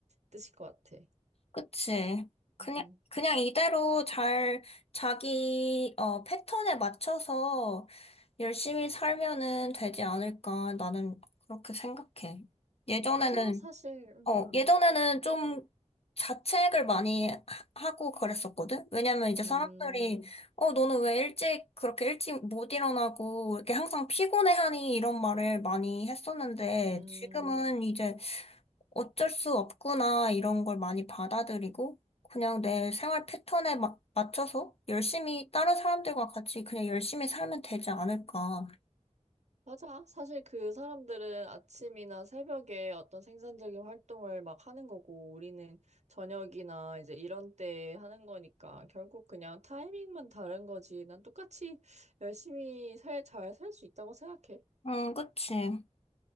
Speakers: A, on the right; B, on the left.
A: 뜻일 것 같아.
B: 그치. 그냥,
A: 음.
B: 그냥 이대로 잘 자기, 어, 패턴에 맞춰서 열심히 살면은 되지 않을까. 나는 그렇게 생각해. 예전에는
A: 맞아. 사실, 음,
B: 어, 예전에는
A: 음.
B: 좀 자책을 많이 하- 하고 그랬었거든? 왜냐면 이제 사람들이,
A: 음.
B: 어, 너는 왜 일찍, 그렇게 일찍 못 일어나고, 이렇게 항상 피곤해하니? 이런 말을 많이 했었는데,
A: 음,
B: 지금은 이제 어쩔 수 없구나, 이런 걸 많이 받아들이고, 그냥 내 생활 패턴에 마- 맞춰서 열심히, 다른 사람들과 같이 그냥 열심히 살면 되지 않을까.
A: 맞아. 사실 그 사람들은 아침이나 새벽에 어떤 생산적인 활동을 막 하는 거고, 우리는 저녁이나 이제 이런 때 하는 거니까, 결국 그냥 타이밍만 다른 거지. 난 똑같이 열심히 살, 잘 살 수 있다고 생각해.
B: 응, 그치.